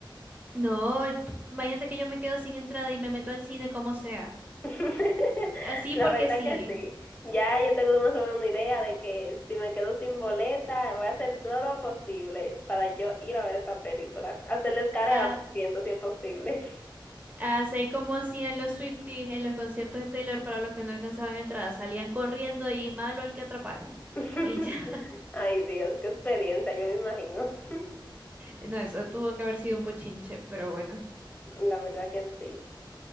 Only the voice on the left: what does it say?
<laughs>
La
verdad
que sí. Ya yo tengo más o menos una idea de que si me quedo sin boleta, voy a hacer todo lo posible para yo ir a ver esa película. Hacer la escalera,
siento si es posible.
<laughs>
Ay, Dios, qué experiencia, yo me imagino. <laughs>
La verdad que sí.